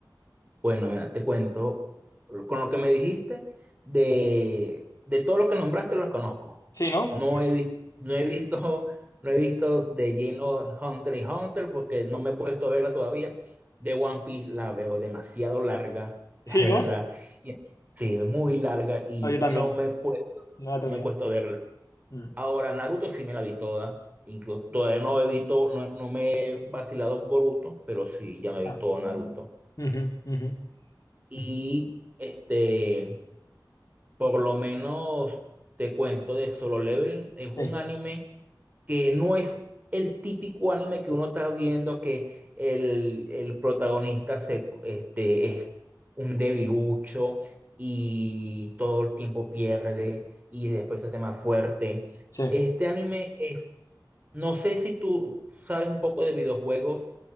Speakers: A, on the right; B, on the left.
A: Bueno, mira, te cuento, con lo que me dijiste, de, de todo lo que nombraste los conozco.
B: Sí, ¿no?
A: No he, vi- no he visto, no he visto de lleno Hunter y Hunter porque no me he puesto a verla todavía. De One Piece la veo demasiado larga, <laughs> de
B: Sí, ¿no?
A: verdad. Y- Sí, es muy larga y
B: No, yo también,
A: no me he puesto,
B: no la he
A: no
B: terminado.
A: me he puesto a verla.
B: Mm.
A: Ahora, Naruto sí me la vi toda. Incluso todavía no he visto, no, no me he vacilado Boruto, pero sí, ya me vi
B: Ah,
A: todo Mm. Naruto.
B: ujú, ujú,
A: Y
B: ujú.
A: este, por lo menos te cuento de Solo Leveling. Es
B: Sí.
A: un anime que no es el típico anime que uno está viendo que el, el protagonista se, este, es un debilucho y todo el tiempo pierde y después se hace más fuerte.
B: Sí,
A: Este anime es No sé si tú sabes un poco de videojuegos